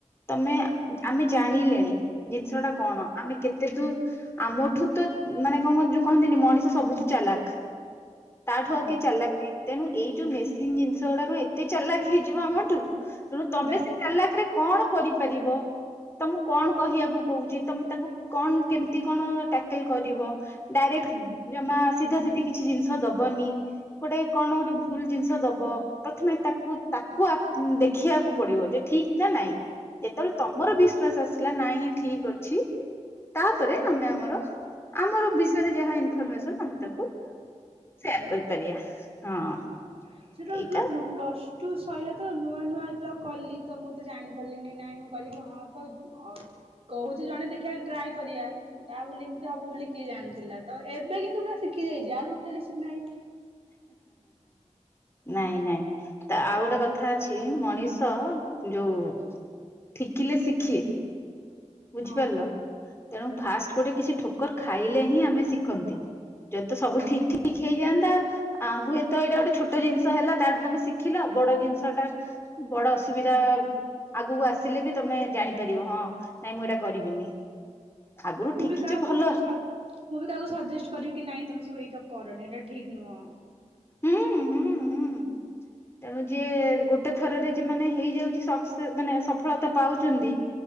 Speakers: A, on the left; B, on the right.
A: ତମେ ଆମେ ଜାଣିଲେଣି ଜିନିଷ ଟା କଣ। ଆମେ କେତେ ଦୂର୍ ଆମଠୁ ତ ମାନେ କଣ ମ ଯୋଉ କହନ୍ତିନି ମଣିଷ ସବୁଠୁ ଚାଲାକ ତାଠୁ ଆଉ
B: ହଁ
A: କିଏ ଚାଲାକ ନାଇଁ। ତେଣୁ ଏଇ ଯୋଉ ମେସିନ ଜିନିଷ ଗୁଡାକ ଏତେ ଚାଲାକ ହେଇଯିବ ଆମଠୁ ତେଣୁ ତମେ
B: ନା
A: ସେ ଚାଲାକରେ କଣ କରିପାରିବ। ତମକୁ କଣ କହିବାକୁ କହୁଛି ତମେ ତାକୁ କଣ କେମତି କଣ ଟାକଲ କରିବ। ଡାଇରେକ୍ଟ ଜମା ସିଧା ସିଧି କିଛି ଜିନିଷ ଦବନି ଗୋଟେ କଣ ଗୋଟେ ଭୁଲ ଜିନିଷ ଦବ ପ୍ରଥମେ ତାକୁ ତାକୁ ଦେଖିବାକୁ ପଡିବ ଯେ ଠିକ ନା ନାଇଁ। ଯେତେବେଳେ ତମର ବିଶ୍ଵାସ ଆସିଲା ନାଇଁ ଠିକ ଅଛି। ତାପରେ ଆମେ ଆମର ଆମର ବିଷୟରେ ଯାହା ଇନଫରମେସନ ଆମେ ତାଙ୍କୁ ସୋର
B: ବାବା
A: କରିପାରିବା ହଁ।
B: <unintelligible>
A: ଏଇଟା
B: ପ୍ଲସ୍ ଟୁ ସଇଲା ତ ନୂଆ ନୂଆ ପ୍ଲଗ କଲି ତ ମୁଁ ତ ଜାଣିପାରିଲିନି ନାଇଁ ମୁଁ କହିଲି କି ହଁ ତ ଅ କହୁଛି ଜଣେ ଦେଖିଆ ଟ୍ରାଏ କରିବା। ତା ବୋଲି ଏମିତି ହବ ବୋଲି କିଏ ଜାଣିଥିଲା ତ ଏବେ କିନ୍ତୁ ପୁରା ଶିଖି ଯାଇଛି ଆଉ ଲୁଟେରୀ ଶିଖ ନାହିଁ।
A: ନାଇଁ ନାଇଁ। ତ ଆଉ ଗୋଟେ କଥା ଅଛି ମଣିଷ ଯୋଉ ଠିକିଲେ ଶିଖେ। ବୁଝିପାରିଲ
B: ହଁ।
A: ତେଣୁ ଫାଷ୍ଟ ଗୋଟେ କିଛି ଠୋକ ଠୁକୁର ଖାଇଲେ ହିଁ ଆମେ ଶିଖନ୍ତି ଯଦି ତ ସବୁ
B: ହଁ
A: ଠିକ ଠିକ ହେଇଯାଆନ୍ତା ଆ ହୁଏତ ଏଟା ଗୋଟେ ଛୋଟ ଜିନିଷ ତ ହେଲା ତାଠୁ ତମେ ଶିଖିଲ ବଡ ଜିନିଷ ଟା ବଡ ଅସୁବିଧା ଆଗକୁ ଆସିଲେ ବି ତମେ ଜାଣିପାରିବ ହଁ ନାଇଁ ମୁଁ ଏଇଟା କରିବିନି। ଆଗରୁ
B: ମୁଁ
A: ଠିକିଛ
B: ବି କାହାକୁ
A: ଭଲ
B: ସ ମୁଁ ବି କାହାକୁ ସଜେଷ୍ଟ କରିବି କି ନାଇଁ ତମ ସବୁ ଏଇଟା କରନି ଏଇଟା ଠିକ ନୁହଁ।
A: ହୁଁ ହୁଁ ହୁଁ। ତେଣୁ ଯିଏ ଗୋଟେ ଥରରେ ଯେ ମାନେ ହେଇଯାଉଛି ସକ୍ସେ ମାନେ ସପ ସଫଳତା ପାଉଛନ୍ତି